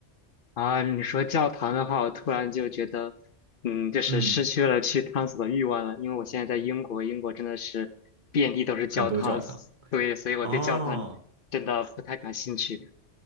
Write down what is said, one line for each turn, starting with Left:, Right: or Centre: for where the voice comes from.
Left: 啊，你说教堂的话，我突然就觉得，嗯，就是失去了去探索的欲望了。
Right: 嗯，
Left: 因为我现在在英国，英国真的是遍地都是教堂，
Right: 很多教堂
Left: 对，所以我对教堂真的不太感兴趣。
Right: 啊，